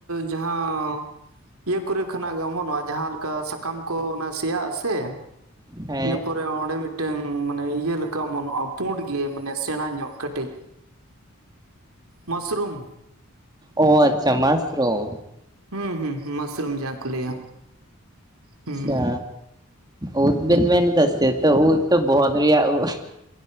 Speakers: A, on the right; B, on the right.
A: ᱡᱟᱦᱟᱸ ᱤᱭᱟᱹ ᱠᱚᱨᱮ ᱠᱷᱚᱱᱟᱜ ᱜᱮ ᱚᱢᱢᱚᱱᱚᱜ-ᱟ, ᱡᱟᱦᱟᱸ ᱞᱮᱠᱟ ᱥᱟᱠᱟᱢ ᱠᱚ ᱚᱱᱟ ᱥᱮᱭᱟᱜ ᱟᱥᱮ᱾
B: ᱦᱮᱸ ᱾
A: ᱤᱱᱟᱹ ᱯᱚᱨᱮ ᱚᱸᱰᱮ ᱢᱤᱫᱴᱮᱝ ᱢᱟᱱᱮ ᱤᱭᱟᱹ ᱞᱮᱠᱟ ᱚᱢᱚᱱᱚᱜ-ᱟ, ᱯᱩᱸᱰ ᱜᱮ ᱢᱟᱱᱮ ᱥᱮᱬᱟ ᱧᱚᱜ ᱠᱟᱹᱴᱤᱡ᱾ ᱢᱟᱥᱨᱩᱢ
B: ᱚ ᱟᱪᱪᱷᱟ ᱢᱟᱥᱨᱚᱢ᱾
A: ᱦᱩᱸ ᱦᱩᱸ ᱢᱟᱥᱨᱩᱢ ᱡᱟᱦᱟ ᱠᱚ ᱞᱟᱹᱭ-ᱟ ᱦᱩᱸ᱾
B: ᱟᱪᱪᱷᱟ ᱩᱫ
A: ᱦᱩᱸ
B: ᱵᱤᱱ ᱢᱮᱱ ᱫᱟ ᱥᱮ ᱛᱚ ᱩᱫ ᱫᱚ, ᱵᱚᱦᱚᱜ ᱨᱮᱭᱟᱜ ᱩᱵ᱾